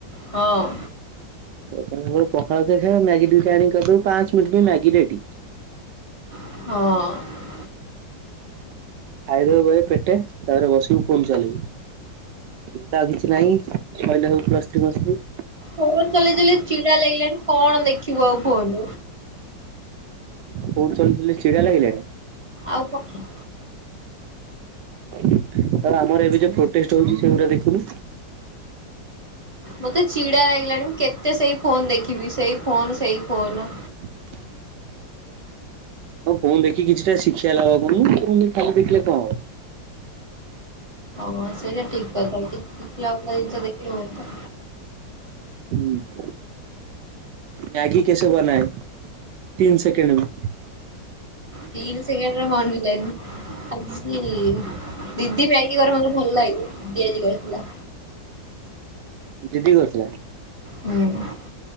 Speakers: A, on the right; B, on the right.
A: ହଁ
B: ପଖାଳ ଭାତ କିଏ ଖାଇବ ମ୍ୟାଗି ଟିକେ ଆଣି କରିଦବୁ ପାଞ୍ଚମିନିଟ୍ ବି ମ୍ୟାଗି ରେଡି
A: ହଁ।
B: ଖାଇଦବୁ ବହେ ପେଟେ ତାପରେ ବସିବୁ ଫୋନ ଚଲେଇବୁ ଆଉତ ଆଉ କିଛି ନାହିଁ ସଇଲା ସବୁ ପ୍ଲସଥ୍ରି ଫ୍ଲସଥ୍ରି
A: ଫୋନ୍ ଚଲେଇ ଚଲେଇ ଚିଡା ଲାଗିଲାଣି କଣ ଦେଖିବୁ ଆଉ ଫୋନ୍
B: ଫୋନ୍ ଚଲେଇ ଚଲେଇ ଚିଡା ଲାଗିଲାଣି
A: ଆଉ ପଟୁନି?
B: ଆ ଆମର ଏବେ ଯୋଉ ପ୍ରୋଟେଷ୍ଟ ହଉଛି ସେଗୁଡା ଦେଖୁନୁ
A: ମତେ ଚିଡା ଲାଗିଲାଣି ମୁଁ କେତେ ସେଇ ଫୋନ ଦେଖିବି ସେଇ ଫୋନ ସେଇ ଫୋନ।
B: <unintelligible> ହଉ ଫୋନ୍ ଦେଖିକି କିଛିଟା ଶିକ୍ଷା ଲାଭ କରୁନୁ ଖାଲି ଦେଖିଲେ କଣ ହବ?
A: ହଁ ସେଇଟା ଠିକ୍ କଥା କି ସିଖିଲା ଜିନିଷ ଦେଖିଲେ ହୁଅନ୍ତା?
B: ହୁଁ। ମ୍ୟାଗି କେସେ ବନାଏ ତିନ ସେକେଣ୍ଡ୍ ମେ?
A: ତିନ ସେକେଣ୍ଡ୍ ରେ ବନେଇ ପାରିବିନି। ଆଜି ଦିଦି ମ୍ୟାଗି କରେ ମତେ ଭଲ ଲାଗେ ଦିଦି ଆଜି କରିଥିଲା।
B: ଦିଦି କରିଥିଲା।
A: ହୁଁ।